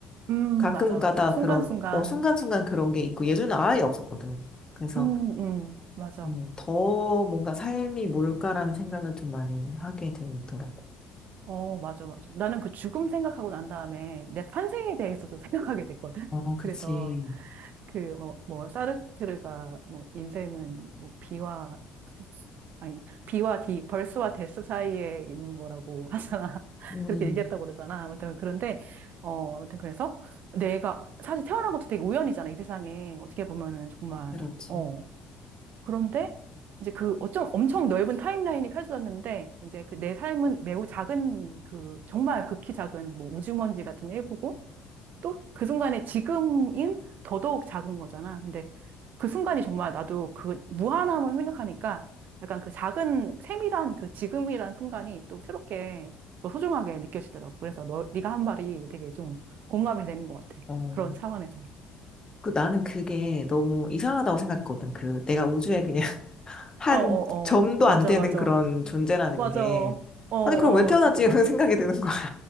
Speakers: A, on the right; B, on the left.
A: 음,
B: 가끔
A: 맞아, 맞아.
B: 가다
A: 순간순간,
B: 그런, 어, 순간순간 그런 게 있고 예전에 아예 없었거든. 그래서,
A: 음, 음, 맞아.
B: 음, 더 뭔가 삶이 뭘까라는 생각을 좀 많이 하게 되더라고.
A: 어, 맞아, 맞아. 나는 그 죽음 생각하고 난 다음에 내 탄생에 대해서 좀 생각하게 됐거든.
B: 어,
A: <laughs>
B: 그치.
A: 그래서, 그, 뭐, 뭐, 사르트르가, 뭐, 인생은, 뭐, 비와, 아니, 비와 디, 벌스와 데스 사이에 있는 거라고 하잖아. <laughs>
B: 음,
A: 그렇게 얘기했다고 그러잖아. 아무튼, 그런데, 어, 아무튼, 그래서, 내가, 사실 태어난 것도 되게 우연이잖아, 이 세상에. 어떻게 보면은, 정말,
B: 그렇지.
A: 어. 그런데, 이제 그, 어쩜 엄청 넓은 타임라인이 펼쳐졌는데, 이제 그 내 삶은 매우 작은, 그, 정말 극히 작은, 뭐, 우주먼지 같은 일부고, 또 그 순간에 지금인 더더욱 작은 거잖아. 근데 그 순간이 정말 나도 그 무한함을 생각하니까 약간 그 작은 세밀한 그 지금이란 순간이 또 새롭게 더 소중하게 느껴지더라고. 그래서 너, 네가 한 말이 되게 좀 공감이 되는 것 같아.
B: 어.
A: 그런 차원에서.
B: 그 나는 그게 너무 이상하다고 생각했거든. 그 내가 우주에 그냥 <laughs> 한
A: 어, 어,
B: 점도
A: 어. 맞아,
B: 안 되는
A: 맞아.
B: 그런 존재라는
A: 맞아.
B: 게.
A: 어, 어.
B: 아니, 그럼 왜 태어났지?
A: 진짜 나도.
B: <laughs> 이런 생각이 드는 거야.